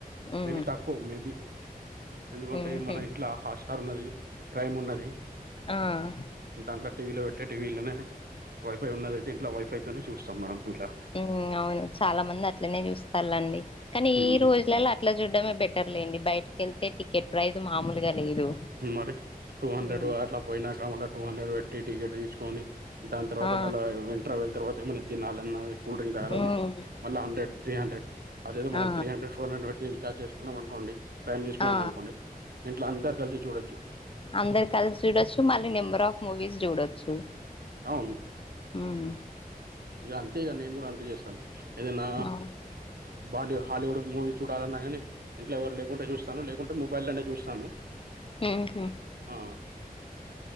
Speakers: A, on the left; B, on the right.
A: ఉ
B: మేబి తక్కువ మేబి. ఎందుకంటే
A: ఉహు
B: మన ఇంట్ల హాట్స్టార్ ఉన్నది ప్రైమ్ ఉన్నది.
A: ఆ
B: దాంట్లో టీవీలో పెట్టే టీవీలోనే వైఫై ఉన్నదియితే ఇంట్లో వైఫైతోనే చూస్తాం మడం ఇంట్ల
A: ఉ అవును చాలా మంది అట్లనే చూస్తాలండి కానీ
B: ఉమ్,
A: ఈ రోజులలో. అట్లా చూడ్డమే బెటర్ లేండి బయటకి వెళ్తే టికెట్ ప్రైజు మామూలుగా లేదు.
B: మరి టూ హండ్రెడ్
A: హ్మ్
B: అట్లా పోయినాక మళ్ళ టూ హండ్రెడ్ పెట్టి టికెట్ తీసుకొని. దాని తర్వాత
A: ఆ
B: మల్ల ఇంటర్వవెల్ తర్వాత ఏమనా తినలన్నా కూల్ డ్రింక్ తాగాలన్న.
A: హ్మ్
B: మళ్ళ హ్రెడ్ త్రీ హండ్రెడ్ అదో ఏదో మనం
A: ఆ
B: త్రీ హండ్రెడ్ పోనులో రీఛార్జ్ చేసుకున్నాం అనుకోండి. టైమ్ తీసుకున్నాం
A: ఆ
B: అనుకోండి ఇంట్లో అందరు కలిసి చూడొచ్చు.
A: అందరు కలిసి చూడొచ్చు మళ్ళీ నెంబర్ ఆఫ్ మూవీస్ చూడొచ్చు.
B: అవును
A: మ్మ్
B: ఇగ అంతే ఇగ నేను కూడా అంతే చేస్తాను ఏదన్న.
A: అవును
B: బాలీ హాలీవుడ్ మూవీస్ చూడాలన్నా కానీ. ఇంట్లో ఎవరు లేకుంటే చూస్తాను లేకుంటే మొబైల్ లోనే చూస్తాను.
A: ఉహు.
B: ఉ